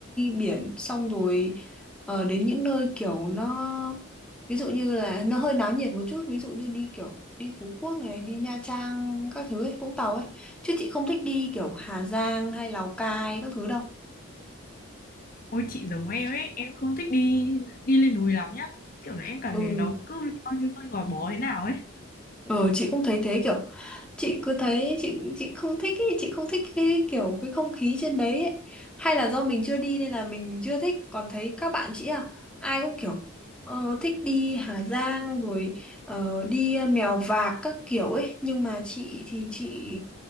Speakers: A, in the centre; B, on the left (about 40°).
A: biển xong rồi ờ, đến những nơi kiểu nó ví dụ như là nó hơi náo nhiệt một chút, ví dụ như đi kiểu đi Phú Quốc này, đi Nha Trang các thứ ấy, Vũng Tàu ấy. Chứ chị không thích đi kiểu Hà Giang hay Lào Cai các thứ đâu.
B: ôi chị giống em ấy em không thích đi đi lên núi lắm nhá kiểu là em cảm
A: Ừ.
B: thấy nó cứ hơi hơi gò bó thế nào ấy
A: Ờ chị cũng thấy thế kiểu chị cứ thấy chị chị không thích ý, chị không thích cái kiểu cái không khí trên đấy ấy. Hay là do mình chưa đi nên là mình chưa thích còn thấy các bạn chị à ai cũng kiểu ờ, thích đi Hà Giang rồi ờ, đi ờ, Mèo Vạc các kiểu ấy nhưng mà chị thì chị